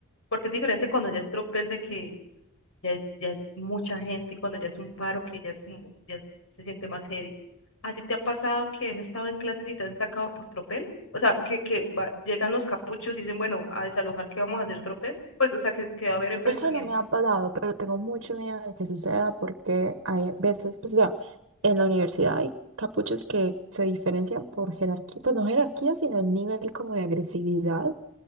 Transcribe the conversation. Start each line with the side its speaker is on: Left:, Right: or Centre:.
Left: Porque es diferente cuando ya es tropel de que ya es, ya es mucha gente y cuando ya es un paro que ya es como, ya es- se siente más heavy. ¿A ti te ha pasado que has estado en clases y te han sacado por tropel? O sea, que, que va- llegan los capuchos y dicen, bueno, a desalojar, qué vamos a hacer tropel? Pues, o sea, que, que va a haber enfrentamientos.
Right: Eso no me ha pasado, pero tengo mucho miedo de que suceda porque hay veces, pues, o sea, en la universidad hay capuchos que se diferencian por jerarquía, pues no jerarquía, sino el nivel como de agresividad.